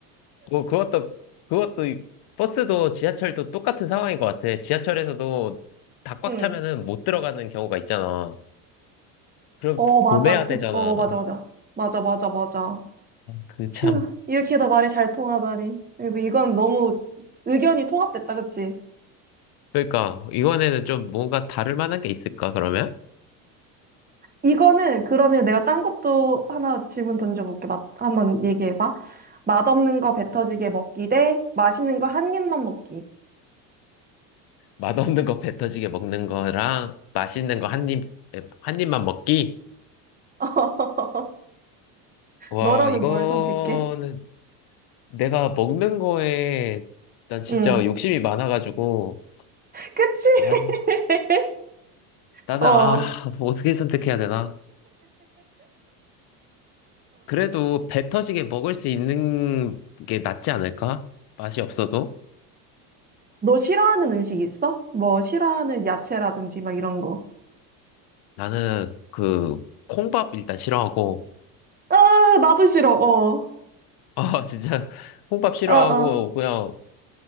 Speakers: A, on the left; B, on the right.
A: 그 그것도 그것도 이- 버스도 지하철도 똑같은 상황인 것 같아 지하철에서도 다 꽉
B: 응.
A: 차면은 못 들어가는 경우가 있잖아 그럼
B: 어, 맞아.
A: 보내야
B: 그,
A: 되잖아
B: 어, 맞아, 맞아. 맞아, 맞아, 맞아.
A: 그 참
B: 휴, 이렇게나 말이 잘 통하다니. 근데 이건 너무 의견이 통합됐다, 그치?
A: 그러니까 이번에는 좀 뭔가 다를 만한 게 있을까 그러면
B: 이거는 그러면 내가 딴 것도 하나 질문 던져볼게. 맛, 한번 얘기해봐. 맛없는 거 배 터지게 먹기 대 맛있는 거 한 입만 먹기.
A: 맛없는 거 뱉어지게 먹는 거랑 맛있는 거 한 입 한 입만 먹기
B: <laughs>
A: 와
B: 너라면
A: 이거는
B: 뭘 선택해?
A: 내가 먹는 거에 난 진짜
B: 응.
A: 욕심이 많아가지고
B: 그치?
A: 사실
B: <laughs>
A: 나는
B: 어, 어.
A: 아, <laughs> 뭐 어떻게 선택해야 되나? 그래도 배 터지게 먹을 수 있는 게 낫지 않을까? 맛이 없어도
B: 너 싫어하는 음식 있어? 뭐, 싫어하는 야채라든지 막 이런 거.
A: 나는 그 콩밥 일단 싫어하고
B: 아, 나도 싫어, 어.
A: 아 <laughs> 진짜 콩밥 싫어하고
B: 어, 어.
A: 그냥